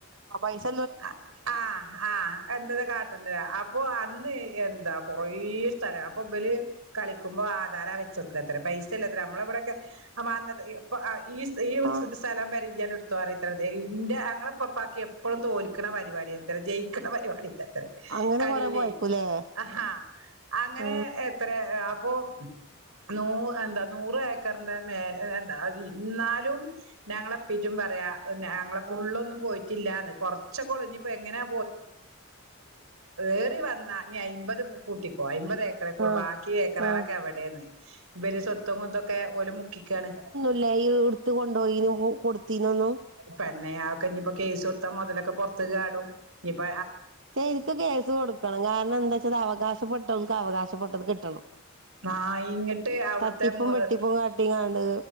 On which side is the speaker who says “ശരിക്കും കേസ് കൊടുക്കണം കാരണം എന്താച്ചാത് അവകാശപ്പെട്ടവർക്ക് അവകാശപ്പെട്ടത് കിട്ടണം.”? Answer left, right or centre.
Right